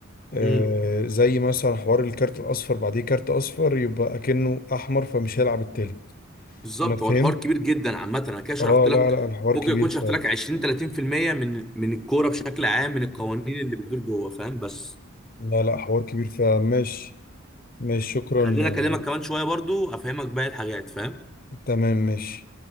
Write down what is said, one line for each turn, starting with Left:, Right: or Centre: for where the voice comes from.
Left: آه،
Centre: امم
Left: زي مثلا حوار الكارت الاصفر بعديه كارت اصفر يبقى اكنه احمر فمش هيلعب التالت
Centre: بالظبط
Left: انا فهمت
Centre: هو الحوار كبير جدا عامه انا كده شرحت
Left: اه
Centre: لك
Left: لا لا الحوار
Centre: ممكن
Left: كبير
Centre: يكون شرحت
Left: فعلا
Centre: لك 20 30% من من الكوره بشكل عام من القوانين اللي بتدور جوه فاهم بس
Left: لا لا حوار كبير فعلا ماشي ماشي شكرا
Centre: خلينا
Left: آه،
Centre: اكلمك كمان شويه برضو افهمك باقي الحاجات فاهم
Left: تمام ماشي